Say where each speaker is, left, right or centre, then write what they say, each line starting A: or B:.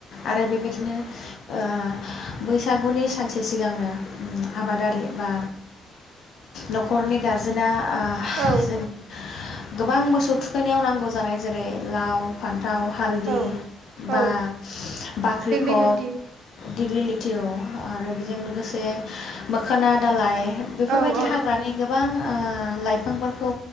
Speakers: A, on the left; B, on the right.
A: आरो बेबायदिनो ओ बैसागुनि सानसे सिगांनो आबादारि बा नखरनि गारजेना अ
B: औ
A: जोंनि गोबां मोसौ थुखैनायाव नांगौ जानाय जेरै लाव फान लाव हालदि
B: औ
A: बा
B: औ
A: बाख्रिखब
B: दिग्लि गुथि
A: दिग्लि लि फथिउ आरो बेजों लोगोसे मोखोना दालाइ बेफोरबायदि
B: औ औ
A: हाग्रानि गोबां ओ लाइफांफोरखौ